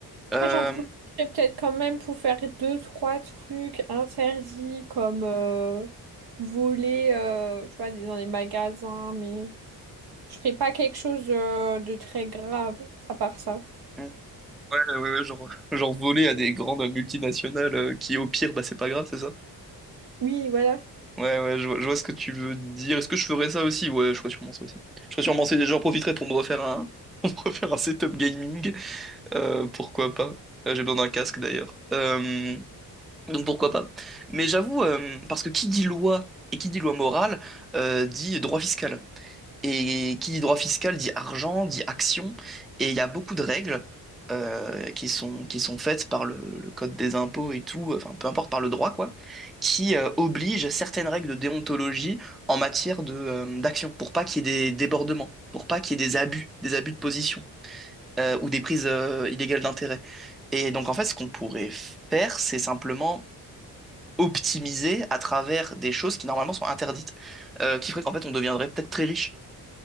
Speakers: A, in the centre; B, on the right.
A: Euh,
B: Après, j'en profiterai peut-être quand même pour faire deux, trois trucs interdits comme euh, voler, euh, tu vois, dans les magasins, mais je ferai pas quelque chose euh, de très grave à part ça.
A: ouais, ouais, ouais, genre, <laughs> genre voler à des grandes multinationales euh, qui, au pire, bah c'est pas grave, c'est ça?
B: Oui, voilà.
A: Ouais, ouais, je vois, je vois ce que tu veux dire. Est-ce que je ferais ça aussi? Ouais, je ferais sûrement ça aussi. Je ferais sûrement ça, j'en profiterais pour me refaire un, <laughs> pour me refaire un setup gaming. Euh, pourquoi pas? Euh, j'ai besoin d'un casque d'ailleurs. Euh, donc pourquoi pas? Mais j'avoue, euh, parce que qui dit loi et qui dit loi morale, euh, dit droit fiscal. Et qui dit droit fiscal dit argent, dit action, et il y a beaucoup de règles euh, qui sont, qui sont faites par le, le code des impôts et tout, enfin peu importe par le droit quoi, qui euh, obligent certaines règles de déontologie en matière de, euh, d'action, pour pas qu'il y ait des débordements, pour pas qu'il y ait des abus, des abus de position euh, ou des prises euh, illégales d'intérêt. Et donc en fait, ce qu'on pourrait faire, c'est simplement optimiser à travers des choses qui normalement sont interdites, euh, qui ferait qu'en fait on deviendrait peut-être très riche.